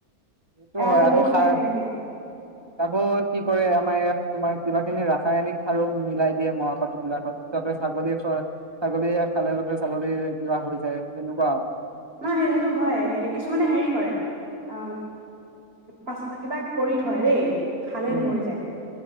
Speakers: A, on the right (about 20°); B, on the right (about 45°).
A: সেইটো
B: এৰাল
A: হয়
B: দিবও
A: আকৌ সাৰ
B: নোৱাৰি তেনেকে
A: অ আকৌ কি কৰে আমাৰ ইয়াত। তোমাৰ কিবা কিবি ৰাসায়নিক সাৰো মিলাই দিয়ে মৰাপাট বিলাকত যাতে ছাগলীয়ে ছাগলীয়ে খালে যাতে ছাগলী কিবা হৈ যায় তেনেকুৱা।
B: নহ সেই সেইটো হয় সে কিছুমানে হেৰি কৰে অ পাচফ কিবা কৰি থয় দেই খালেই
A: উম
B: মৰি যায়